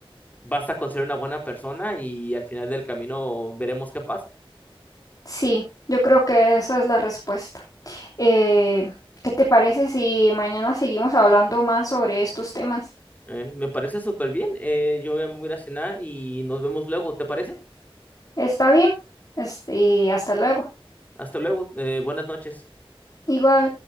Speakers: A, on the left; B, on the left.
A: basta con ser una buena persona y al final del camino veremos qué pasa.
B: sí, yo creo que esa es la respuesta. Eh, ¿qué te parece si mañana seguimos hablando más sobre estos temas?
A: Eh, me parece súper bien. Eh, yo ya me voy a ir a cenar y nos vemos luego, ¿te parece?
B: ¿Está bien? Este, hasta luego.
A: Hasta luego. Eh, buenas noches.
B: Igual.